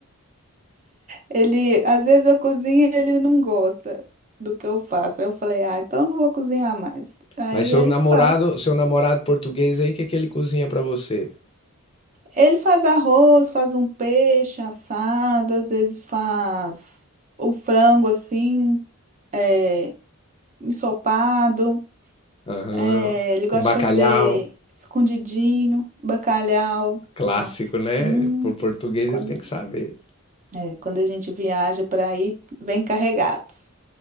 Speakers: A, on the right; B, on the left.
A: Ele, às vezes eu cozinho e ele não gosta do que eu faço. Aí eu falei, ah, então eu não vou cozinhar mais. Aí
B: Mas
A: ele
B: seu namorado,
A: que faz.
B: seu namorado português aí, o que que ele cozinha pra você?
A: Ele faz arroz, faz um peixe assado, às vezes faz um frango assim, é, ensopado.
B: Aham,
A: É, ele gosta
B: um bacalhau,
A: de fazer escondidinho, bacalhau,
B: clássico,
A: faz.
B: né?
A: Hum,
B: Pro português
A: quando
B: ele tem que saber.
A: É, quando a gente viaja para aí, vem carregados.